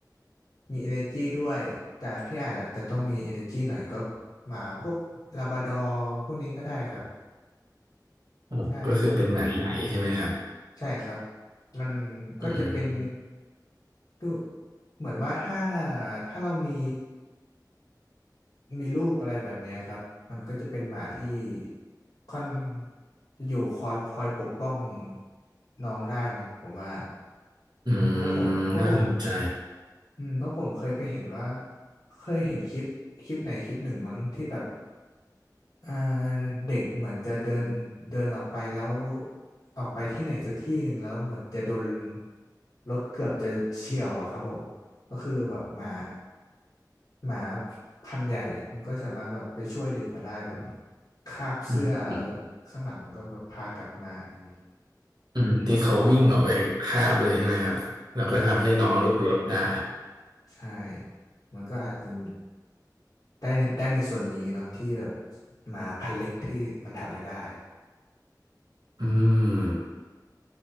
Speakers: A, on the left; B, on the right.
A: มี energy ด้วยแต่พี่อาจจะต้องมี energy หน่อยก็หมาพวกลาบราดอร์พวกนี้ก็ได้ครับ
B: อ๋อก็คือเป็นหมาใหญ่ใช่ไหมครับ
A: ใช่ ใช่ครับ มันก็จะเป็น
B: อืม
A: ดูเหมือนว่าถ้าถ้าเรามีมีลูกอะไรแบบเนี้ยครับ มันก็จะเป็นหมาที่ค่อนจะอยู่คอยคอยปกป้องน้องได้เนาะผมว่า
B: อื
A: เพราะผมเพราะผม
B: มน่าสนใจ
A: อืมเพราะผมเคยไปเห็นว่าเคยเห็นคลิปคลิปไหนคลิปหนึ่งมั้งที่แบบอ่าเด็กเหมือนจะเดินเดินออกไปแล้วออกไปที่ไหนสักที่หนึ่งแล้วเหมือนจะโดนรถเกือบจะเฉี่ยวอะครับผมก็คือแบบหมาหมาพันธุ์ใหญ่อะมันก็สามารถแบบไปช่วยเด็กมาได้แบบคาบเสื้อเออข้างหลังมันก็แบบพากลับมาอย่างนี้
B: อืมอืมอืมที่เขาวิ่งออกไปคาบเลยใช่ไหมครับแล้วก็ทำให้น้องหลุดรถได้
A: ผมว่ามันใช่ ใช่ มันก็อาจจะได้ในได้ในส่วนนี้เนาะที่แบบหมาพันธุ์เล็กที่มันทำไม่ได้
B: อืม